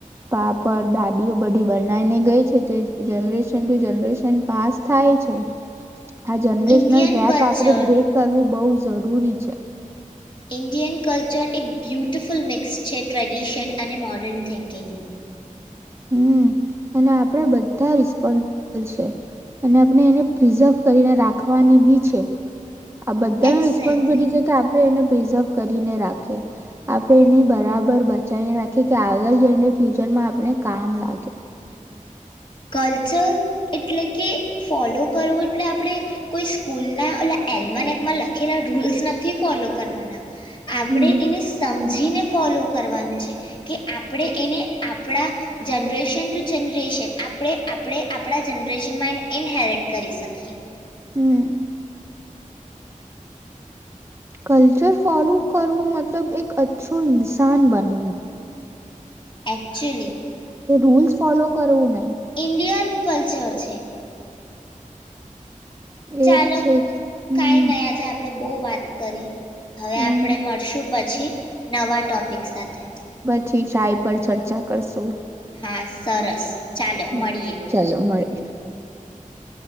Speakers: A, on the right (about 20°); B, on the left (about 35°).
A: પાપ દાદીઓ બધી બનાવીને ગઈ છે તો જનરેશન ટુ જનરેશન પાસ થાય છે. હા જનરેશનલ
B: ઇન્ડિયન
A: ગેપ
B: કલ્ચર
A: આપડે બ્રેક નુ બહું જરૂરી છે.
B: ઇન્ડિયન કલ્ચર એક બ્યુટિફુલ મિક્સ છે ટ્રેડિશન અને મોર્ડર્ન થિંકિંગનું
A: હમ અને આપણે બધા રિસ્પોન્સબલ છે અને આપણે એને પ્રિઝર્વ કરીને રાખવાની બી છે. આ બધાને
B: એક્ઝેક્ટલી
A: રિસ્બિલિટી છે આ આપણે એને પ્રિઝર્વ કરીને રાખીએ આપણે એની બરાબર બચાવીને રાખીએ કે આગળ જઈને ફ્યુચરમાં આપણે કામ લાગે.
B: કલ્ચર એટલે કે ફોલો કરવું એટલે આપણે કોઈ સ્કૂલના ઓલા એલ્માનેકમાં લખેલા રૂલ્સ નથી ફોલો કરવાના આપણે
A: હમ
B: એને સમજીને ફોલો કરવાનું છે કે આપણે એને આપણા જનરેશન ટુ જનરેશન આપણે-આપણે આપણા જનરેશનમાં એને ઇનહેરિટ કરી શકીએ.
A: હમ. કલ્ચર ફોલો કરવું મતલબ એક અચ્છો ઈન્સાન બનવું.
B: એક્ચુઅલી.
A: એ રૂલ્સ ફોલો કરવું નહી.
B: ઇન્ડિયાનું કલ્ચર છે. ચાલો
A: એજ છે જ હમ
B: કઈ નઈ આજે આપડે બહુ વાત કરી હવે
A: હમ
B: આપડે મળશું. પછી નવા ટોપ તે સાથે
A: ઠીક છે આ પર ચર્ચા કરશું.
B: હા સરસ ચાલો
A: હમ
B: મળીએે.
A: <inaudible>